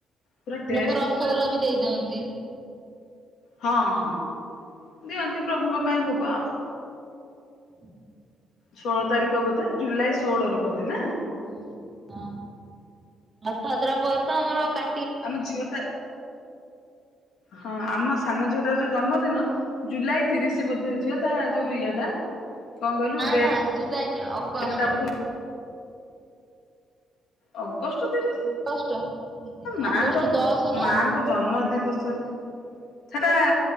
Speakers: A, on the left; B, on the right.
A: ପୁରା ଟେଷ୍ଟ
B: ଲୋକ ରସଗୋଲା
A: ପୁରା ଆଉ
B: ବି ଦେଇଦିଅନ୍ତି।
A: ହଁ ହଁ। ଦିଅନ୍ତି ପ୍ରଭୁଙ୍କ ପାଇଁ ଭୋଗ ଆଉ।
B: ହ
A: ଷୋଳ ତାରିଖ ବୋଧେ, ଜୁଲାଇ ଷୋହଳରେ ବୋଧେ ନା?
B: ହଁ ହଁ, ରଥଯାତ୍ରା ପରେ ତ ଆମର କା
A: ଆମ ଝିଅଟା ହଁ ଆମ ସାନ ଝିଅଟାର ଯୋଉ ଜନ୍ମଦିନ ଜୁଲାଇ ତିରିଶ ବୋଧେ, ଝିଅ ତା ଯୋଉ ଇଏଟା କଣ କହିଲୁ
B: ନା
A: ଡେଟ୍
B: ନା, ଜୁଲାଇ ନୁହଁ ଅଗଷ୍ଟ।
A: ସେଟା ବୋଧେ ଅଗଷ୍ଟ ତିରିଶି,
B: ଅଗଷ୍ଟ
A: ମାଆଙ୍କ
B: ଅଗଷ୍ଟ ଦଶ ନା
A: ମାଆଙ୍କ ଜନ୍ମ ଦିବସରେ ସେଟା,